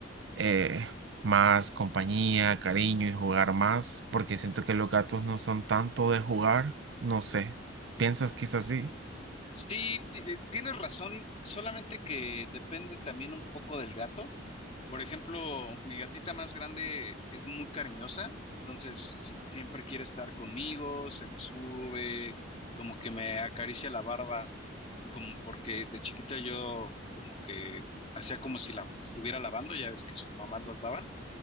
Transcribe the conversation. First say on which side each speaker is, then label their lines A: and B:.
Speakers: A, on the right; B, on the left.
A: eh, más compañía, cariño y jugar más, porque siento que los gatos no son tanto de jugar, no sé, ¿piensas que es así?
B: Sí, ti- eh, tienes razón, solamente que depende también un poco del gato. Por ejemplo, mi gatita más grande es muy cariñosa, entonces si- siempre quiere estar conmigo, se me sube, como que me acaricia la barba, como porque de chiquita yo como que hacía como si la estuviera lavando, ya ves que sus mamás las lavan,